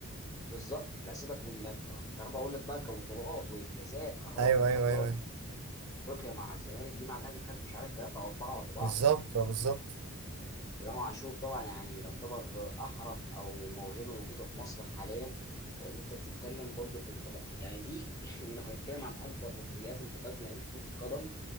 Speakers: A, on the left; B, on the right.
A: بالظبط لا سيبك من انك كهرباء اقول لك بقى كبطولات وانجازات كهرباء
B: ايوه
A: ما كانش
B: ايوه
A: واخد
B: ايوه
A: ولا
B: أيوة.
A: افريقيا مع الزمالك جه مع الاهلي خد مش عارف ثلاثه او اربعه ورا بعض
B: بالظبط اه بالظبط
A: امام عاشور طبعا يعني يعتبر احرف او موهبه موجوده في مصر حاليا فان انت بتتكلم برضه في انتقال يعني دي <laughs> لو هنتكلم عن اكبر مفاجآت انتقالات لاعبين في كره القدم